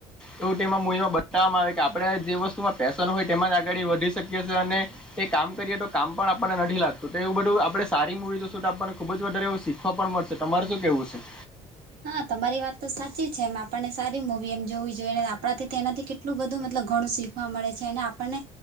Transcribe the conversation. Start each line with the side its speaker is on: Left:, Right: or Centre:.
Centre: એવું તેમાં મુવીમાં બતાવવામાં આવે કે આપણે જે વસ્તુમાં પેશન હોય તેમાં જ આગળી વધી શકીએ છે, અને એ કામ કરીએ તો કામ પણ આપણને નથી લા તો તો એવું બધું આપડે સારી મુવી જોશું તો આપણને ખુબ જ વધારે એવું શીખવા પણ મળશે તમારે શું કેવું છે?
Right: હા તમારી વાત તો સાચી છે, એમ આપણને સારી મૂવી એમ જોવી જોઈએ આપણાથી તેનાથી કે ટલું બધું મતલબ ઘણું શીખવા મળે છે, અને આપણને